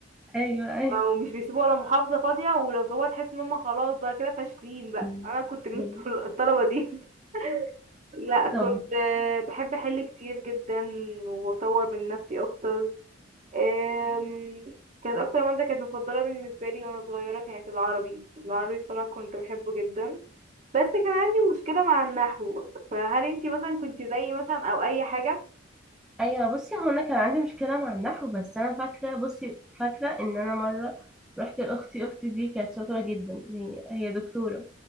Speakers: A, in the centre; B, on the right.
A: أيوه أيوه
B: ومش بيسيبوا ولا محافظه فاضيه ولو سووها تحس ان هم خلاص بقى كده فاشلين بقى
A: مم.
B: انا كنت من
A: مم.
B: الطلبه دي <laughs> لا كنت
A: طب
B: آه، بحب احل كتير جدا واطور من نفسي اكتر آم، كانت اكتر ماده كانت مفضله بالنسبه لي وانا صغيره كانت العربي العربي بصراحه كنت بحبه جدا بس كان عندي مشكلة مع النحو فهل انتي مثلا كنتي زيي مثلا او اي حاجة
A: أيوه بصي هو أنا كان عندي مشكلة مع النحو بس أنا فاكرة بصي فاكرة إن أنا مرة رحت لأختي أختي دي كانت شاطرة جدا هي هي دكتورة